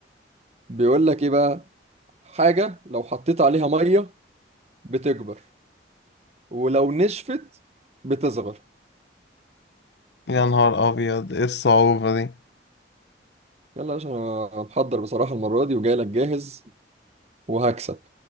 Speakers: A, on the right; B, on the left.
A: بيقول لك ايه بقى حاجه لو حطيت عليها ميه بتكبر ولو نشفت بتصغر
B: يا نهار ابيض ايه الصعوبه دي
A: يلا يا باشا انا محضر بصراحة المرة دي وجاي لك جاهز وهكسب